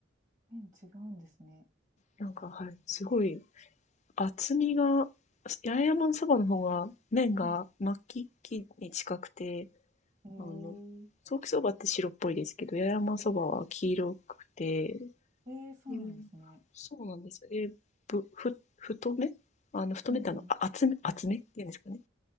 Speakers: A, on the right; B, on the left.
A: 麺違うんですね。
B: なんか、はい、すごい厚みが、八重山そばの方が麺が巻きに近くて、
A: うん。えー、
B: あの、早期そばって白っぽいですけど、八重山そばは黄色くて、
A: はい。えー、そうなんですね。
B: うん、そうなんですよ。え、ぶ、ふ、太めあの、太めってあの、
A: うんう
B: あ厚め、厚めって言うんですかね。